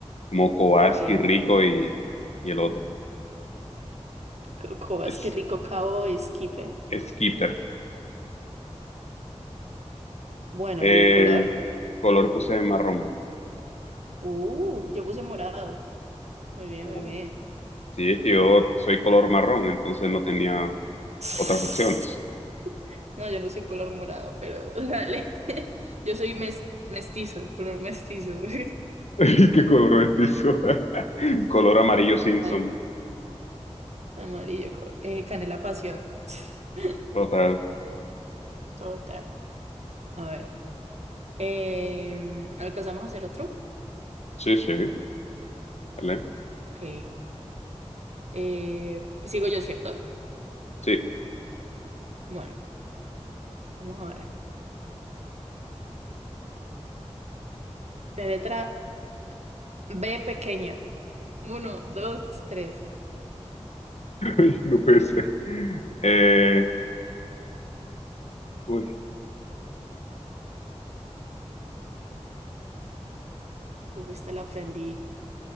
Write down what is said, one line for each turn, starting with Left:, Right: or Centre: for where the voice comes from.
Left: como Kobaski,
Right: Increíble.
Left: Rico y, y el otro,
Right: Co- Cobas,
Left: es
Right: qué rico cabo esquipe.
Left: Skipper.
Right: Bueno,
Left: Eh,
Right: ¿y el color?
Left: color puse marrón.
Right: Uh, yo puse morado. Muy bien,
Left: Oh.
Right: muy bien.
Left: Sí, es que yo soy color marrón, entonces no tenía
Right: <sniffs>
Left: otras opciones.
Right: No, yo no soy color morado, pero <laughs> dale. Yo soy mes- mestizo, color mestizo. <laughs>
Left: <laughs> ¿Y qué color mestizo? <laughs> Color amarillo Simpson.
Right: Ay, amarillo, co- eh, canela pasión. <sniffs>
Left: Total.
Right: Total. A ver. em, ¿alcanzamos a hacer otro?
Left: Sí, sí, vale.
Right: Ok. Eh, sigo yo, ¿cierto?
Left: Sí,
Right: Bueno, vamos a ver. La letra B pequeña. Uno, dos, tres.
Left: <laughs> Ay, no puede ser. Eh, uy.
Right: Uf, esta la aprendí